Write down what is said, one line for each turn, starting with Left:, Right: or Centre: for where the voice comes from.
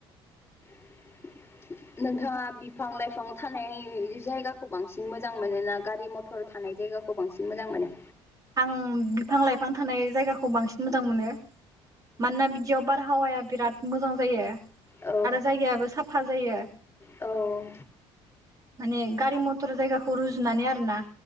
Left: <inaudible> नोंथाङा बिफां लाइफां थानाय जायगाखौ बांसिन मोजां मोनोना गारि मथर थर थानाय जायगाखौ बांसिन मोजां मोनो
Right: आं बिफां लाइफां थानाय जायगाखौ बांसिन मोजां मोनो मानोना बिदियाव बारहावाया बिराद मोजां जायो
Left: औ
Right: आरो जायगायाबो साफा जायो
Left: औ
Right: माने गारि मथर जायगाखौ रुजुनानै आरो ना